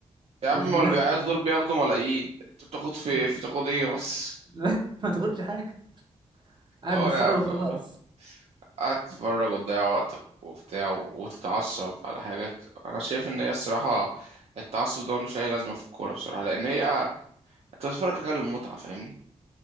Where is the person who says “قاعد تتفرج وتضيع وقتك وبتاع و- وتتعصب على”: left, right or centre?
Right